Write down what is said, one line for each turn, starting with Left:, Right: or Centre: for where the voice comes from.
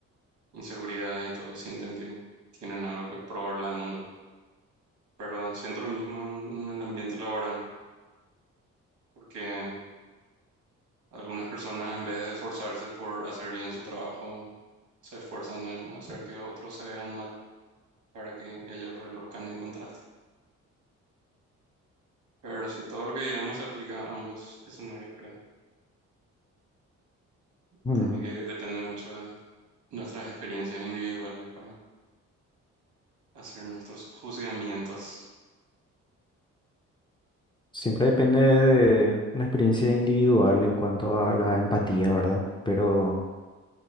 Right: inseguridad y todos sienten que tienen algo que probarle al mundo. Pero siento lo mismo en el ambiente laboral, porque algunas personas en vez de esforzarse por hacer bien su trabajo, se esfuerzan en hacer que otros se vean mal para que ellos reluzcan en contraste. Pero sí, todo lo que digamos se aplica a ambos escenarios, creo.
Left: Mm.
Right: Para mí que depende mucho de nuestras experiencias individuales para hacer nuestros juzgamientos.
Left: Siempre depende de una experiencia individual en cuanto a la empatía, ¿verdad? Pero